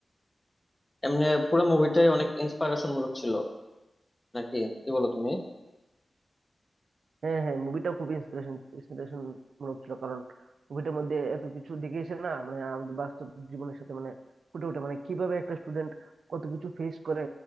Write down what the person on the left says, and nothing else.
এমনি পুরো মুভিটাই অনেক ইন্সপিরেশন মূলক ছিল নাকি কি বলো তুমি